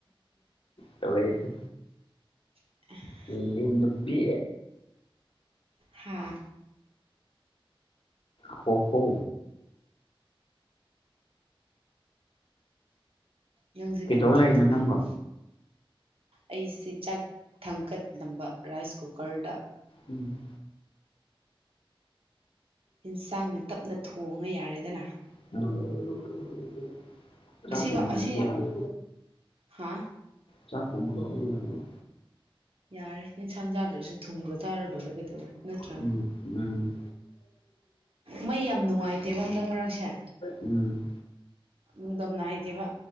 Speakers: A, on the left (about 70°); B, on the right (about 75°).
A: ꯇꯧꯔꯛꯑꯦꯇꯨ
B: <unintelligible> <inaudible>
A: <unintelligible> ꯅꯨꯄꯤ
B: ꯍꯥꯥ
A: ꯍꯣ ꯍꯣ
B: ꯅꯪꯁꯦ
A: ꯀꯩꯗꯧ
B: ꯀꯩꯅꯣ ꯇꯧꯗꯧ
A: ꯂꯩꯅꯣ ꯅꯪꯕꯣ
B: ꯃꯥꯜꯂꯦ ꯑꯩꯁꯤ ꯆꯥꯛ ꯊꯥꯡꯀꯠꯂꯝꯕ ꯔꯥꯏꯁ ꯀꯨꯀꯔꯗ
A: ꯎꯝ
B: ꯏꯟꯁꯥꯡꯅ ꯇꯞꯅ ꯊꯣꯡꯉ ꯌꯥꯔꯦꯗꯅ
A: ꯎꯝ ꯆꯥꯛꯄꯨ
B: ꯑꯁꯤꯒ
A: ꯃꯨꯜꯂꯗꯤ
B: ꯑꯁꯤ
A: ꯌꯥꯔꯦ
B: ꯍꯥ
A: ꯆꯥꯛꯄꯨ <unintelligible>
B: ꯌꯥꯔꯦ ꯌꯦꯟꯁꯥꯡ ꯆꯥꯗ꯭ꯔꯁꯨ ꯊꯨꯝꯒ ꯆꯥꯔ ꯂꯣꯏꯔꯦ ꯀꯩꯗꯧꯔꯦ ꯅꯠꯇ꯭ꯔꯥ
A: ꯎꯝ ꯎꯝ
B: ꯃꯩ ꯌꯥꯝ ꯅꯨꯡꯉꯥꯏꯇꯦꯕ ꯍꯟꯗꯛ ꯃꯔꯛꯁꯦ
A: ꯎꯝ
B: ꯅꯨꯡꯗꯝ ꯅꯥꯏꯗꯦꯕ